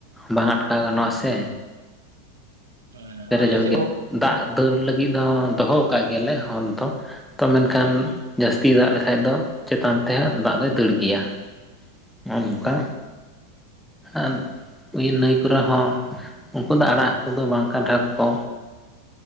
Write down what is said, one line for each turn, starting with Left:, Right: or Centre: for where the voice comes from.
Centre: ᱵᱟᱝ ᱟᱴᱠᱟᱣ ᱜᱟᱱᱚᱜᱼᱟ ᱥᱮ
Right: ᱦᱮᱸ
Centre: ᱯᱮᱨᱮᱡᱚᱜ
Right: ᱟᱞᱮ ᱥᱮᱫ
Centre: ᱜᱮᱭᱟ
Right: ᱦᱚᱸ
Centre: ᱫᱟᱜ ᱫᱟᱹᱲ ᱞᱟᱹᱜᱤᱫ ᱫᱚ ᱫᱚᱦᱚ ᱟᱠᱟᱫ ᱜᱮᱭᱟᱞᱮ ᱦᱚᱨ ᱫᱚ ᱛᱚ ᱢᱮᱱᱠᱷᱟᱱ ᱡᱟᱹᱥᱛᱤ ᱫᱟᱜ ᱞᱮᱠᱷᱟᱱ ᱫᱚ ᱪᱮᱛᱟᱱ ᱛᱮᱦᱚᱸ ᱫᱟᱜ ᱫᱚᱭ ᱫᱟᱹᱲ ᱜᱮᱭᱟ ᱱᱚᱜᱼᱚ ᱱᱚᱝᱠᱟ
Right: ᱦᱩᱸ
Centre: ᱟᱨ ᱱᱟᱹᱭ ᱠᱚᱨᱮ ᱦᱚᱸ ᱩᱱᱠᱩ ᱫᱚ ᱟᱲᱟᱜ ᱦᱟᱹᱠᱩ ᱫᱚ ᱵᱟᱝ ᱠᱟᱴᱷᱟᱠ ᱠᱚ